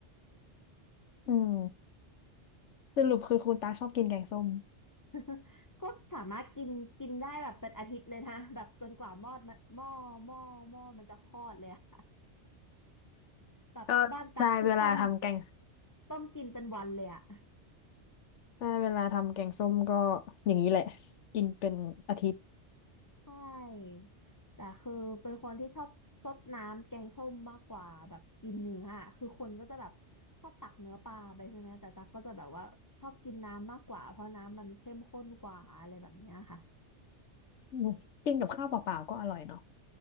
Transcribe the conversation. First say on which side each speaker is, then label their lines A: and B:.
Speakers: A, on the left; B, on the left.
A: อืมสรุปคือคุณตาชอบกินแกงส้ม
B: <laughs> ก็สามารถกินกินได้แบบเป็นอาทิตย์เลยนะแบบจนกว่าหม้อมันหม้อหม้อหม้อมันจะคลอดเลยอะ <laughs> แบบบ้านตั๊กคือต้ม
A: ก็ใช่เวลาทำแกง
B: ต้มกินเป็นวันเลยอะ
A: ใช่เวลาทำแกงส้มก็อย่างนี้แหละกินเป็นอาทิตย์
B: ใช่แต่คือเป็นคนที่ชอบซดน้ำแกงส้มมากกว่าแบบกินเนื้ออะคือคนก็จะแบบชอบตักเนื้อปลาไปใช่ไหมแต่ตั๊กก็จะแบบว่าชอบกินน้ำมากกว่าเพราะน้ำมันเข้มข้นกว่าอะไรแบบเนี้ยค่ะ
A: อืมกินกับข้าวเปล่าๆก็อร่อยเนาะ